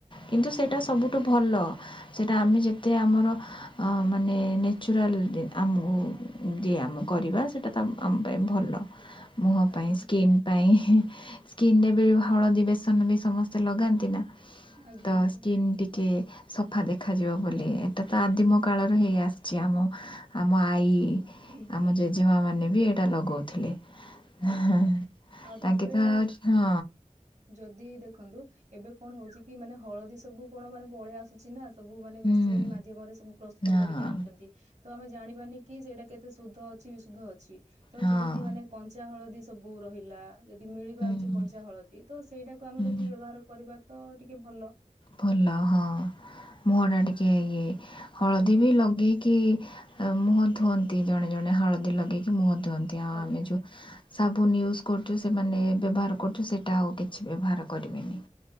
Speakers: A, on the left; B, on the right.
A: କିନ୍ତୁ ସେଇଟା
B: ଆଜ୍ଞା
A: ସବୁଠୁ ଭଲ। ସେଇଟା ଆମେ ଯେତେ ଆମର ମାନେ ନ୍ୟାଚୁରାଲ ଆମକୁ ଆମେ କରିବା ସେଇଟା ତ ଆମ ଆମ ପାଇଁ ଭଲ ମୁହଁ
B: ଆଜ୍ଞା
A: ପାଇଁ ସ୍କିନ ପାଇଁ ହିଁ। ସ୍କିନ୍ ନେଲୁ ହଳଦୀ ବେସନ ବି ସମସ୍ତେ ଲଗାନ୍ତି ନା
B: ଆଜ୍ଞା
A: ତ
B: ଆଜ୍ଞା
A: ସ୍କିନ୍ ଟିକେ ସଫା ଦେଖାଯିବ ବୋଲି ଏଇଟା ତ ଆଦିମ କାଳରୁ ହେଇ ଆସିଛି ଆମ ଆମ ଆଈ
B: ଆଜ୍ଞା।
A: ଆମ ଜେଜେମା ମାନେ ବି ଏଇଟା ଲଗଉଥିଲେ।
B: ଆଜ୍ଞା
A: ହଁ
B: ଆଉ ତାପରେ
A: ତାଙ୍କେ ତ ଆହୁରି ହଁ
B: ଯଦି ଦେଖନ୍ତୁ ଏବେ କଣ ହଉଛି କି ମାନେ ହଳଦୀ ସବୁ କଣ ମାନେ ପଳେଇ ଆସୁଛି ନା। ସବୁ ମାନେ
A: ହୁଁ
B: ମେସିନ ମାଧ୍ୟମରେ ସବୁ ପ୍ରସ୍ତୁତ
A: ହଁ
B: କରିକି ଆଣୁଛନ୍ତି। ତ ଆମେ ଜାଣିବାନି କି ସେଇଟା କେତେ ଶୁଦ୍ଧ ଅଛି ବିଶୁଦ୍ଧ ଅଛି ତ
A: ହଁ
B: ଯେମିତି ମାନେ କଞ୍ଚା ହଳଦୀ ସବୁ ରହିଲା ଯଦି ମିଳି
A: ହୁଁ
B: ପାରୁଛି କଞ୍ଚା ହଳଦୀ ତ ସେଇଟାକୁ ଆମେ
A: ହୁଁ
B: ଯଦି ବ୍ୟବହାର କରିବା। ତ ଟିକେ ଭଲ
A: ଭଲ ହଁ ମୁହଟା ଟିକେ ଇଏ ହଳଦୀ
B: ଆଜ୍ଞା
A: ବି ଲଗେଇକି ମୁହଁ ଧୁଅନ୍ତି ଜଣେ ଜଣେ ହଳଦୀ ଲଗେଇକି ମୁହଁ ଧୁଅନ୍ତି ଆଉ
B: ଆଜ୍ଞା
A: ଆମେ
B: ଆଜ୍ଞା
A: ଯୋଉ ସାବୁନ ୟୁଜ୍ କରୁଛୁ ସେମାନେ ବ୍ୟବହାର କରୁଛୁ ସେଇଟା ଆଉ କିଛି ବ୍ୟବହାର କରିବେନି